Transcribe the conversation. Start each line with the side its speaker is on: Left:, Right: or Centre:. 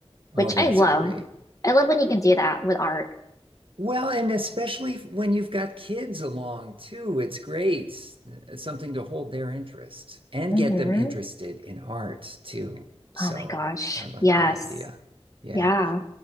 Right: oh,
Left: which
Right: that's
Left: I love.
Right: great.
Left: I love when you can do that with art.
Right: Well, and especially if- when you've got kids along too, it's great. Uh, Something to hold their interest and
Left: hmm
Right: get them interested in art too. So
Left: Oh my gosh.
Right: I like
Left: Yes.
Right: that idea. Yeah.
Left: Yeah.